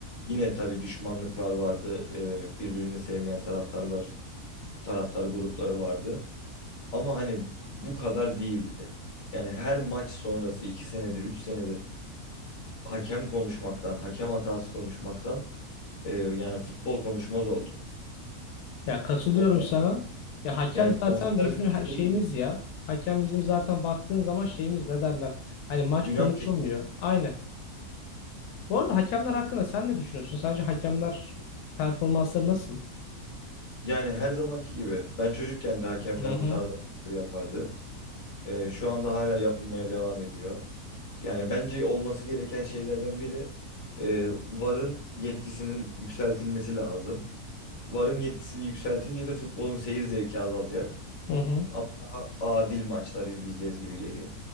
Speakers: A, on the left; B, on the left.
A: yine tabii düşmanlıklar vardı. e, birbirini sevmeyen taraftarlar, taraftar grupları vardı. Ama hani bu kadar değildi. Yani her maç sonrası 2 senedir, 3 senedir hakem konuşmaktan, hakem hatası konuşmaktan e, yani futbol konuşmaz olduk.
B: Ya katılıyorum
A: Ondan-
B: sana. Ya hakem
A: Yani
B: zaten
A: transfer
B: bizim
A: bütçeleri
B: her şeyimiz ya. Hakem bizim zaten baktığın zaman şeyimiz ne derler? Hani maç
A: günah
B: konuşulmuyor. Aynen. Bu arada hakemler hakkında sen ne düşünüyorsun? Sence hakemler performansları nasıl?
A: Yani her zamanki gibi. Ben çocukken de hakemler
B: Hı hı.
A: bu tarz hatalar yapardı. Ee, şu anda hala yapılmaya devam ediyor. Yani bence olması gereken şeylerden biri e, VAR'ın yetkisinin yükseltilmesi lazım. VAR'ın yetkisini yükseltince de futbolun seyir zevki azalacak.
B: Hı hı.
A: Ama daha adil maçlar izleyeceğiz gibi geliyor.